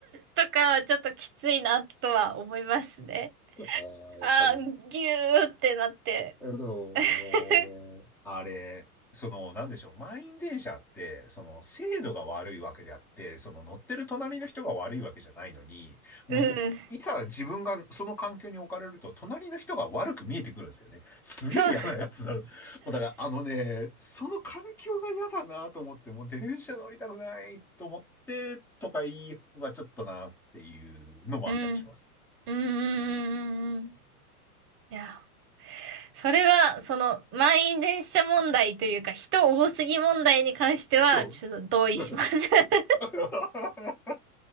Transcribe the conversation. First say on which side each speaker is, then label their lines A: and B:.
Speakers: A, on the right (about 25°); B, in the centre.
A: 車とかはちょっときついなとは思いますね。
B: ああ、
A: ああ、
B: やっぱり。
A: ぎゅーってなって。
B: そう、
A: <laughs>
B: もうね、あれ、その、なんでしょう、満員電車って、その、精度が悪いわけであって、その、乗ってる隣の人が悪いわけじゃないのに、もう、
A: うん、
B: いざ自分がその環境に置かれると、隣の人が悪く見えてくるんですよね。すげえ嫌なやつだ。
A: そう、
B: <laughs> もうだから、あのね、その環境が嫌だなと思って、もう電車乗りたくないと思って、とか言いはちょっとなっていうのもあったりします。
A: うん、うん、うん、うん、うん。うんいや、それは、その、満員電車問題というか、人多すぎ問題に関しては、
B: そう。
A: ちょっと同意します。
B: <laughs>
A: <laughs>
B: <laughs>